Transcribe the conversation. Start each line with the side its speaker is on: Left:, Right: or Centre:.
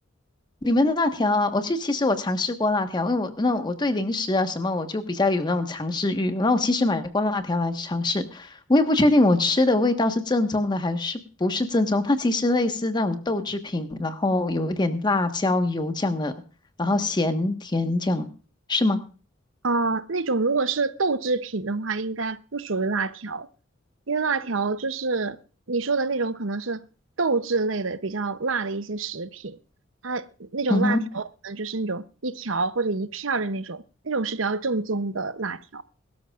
Left: 你们的辣条啊，我就其实我尝试过辣条，因为我那我对零食啊什么我就比较有那种尝试欲，然后我其实买过辣条来尝试，我也不确定我吃的味道是正宗的还是不是正宗，它其实类似那种豆制品，然后有一点辣椒油酱的，然后咸甜酱，是吗？
Right: 啊，那种如果是豆制品的话，应该不属于辣条，因为辣条就是你说的那种，可能是豆制类的比较辣的一些食品，它那种辣条可能就是那种一条或者一片儿的那种，
Left: 嗯哼
Right: 那种是比较正宗的辣条，